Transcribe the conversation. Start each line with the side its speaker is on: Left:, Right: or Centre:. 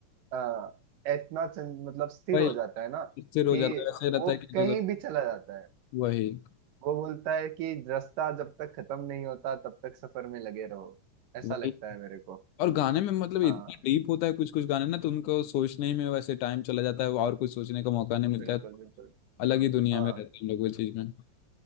Right: आ, इतना चन- मतलब स्थिर
Left: भाई
Right: हो जाता है ना
Left: इससे रोज
Right: कि
Left: आता है वैसे रहता
Right: वो
Left: है कि
Right: कहीं
Left: रोज
Right: भी चला जाता है
Left: वही
Right: वो बोलता है कि रास्ता जब तक खत्म नहीं होता तब तक सफर में लगे रहो ऐसा
Left: वही
Right: लगता है मेरे को
Left: और गाने में मतलब इतना
Right: हाँ
Left: डीप होता है कुछ कुछ गाने ना तो उनको सोचने ही में वैसे टाइम चला जाता है और कुछ सोचने का मौका नहीं मिलता
Right: बिल्कुल
Left: है
Right: बिल्कुल
Left: अलग ही दुनिया
Right: हाँ
Left: में रहते हैं हम लोग वो चीज में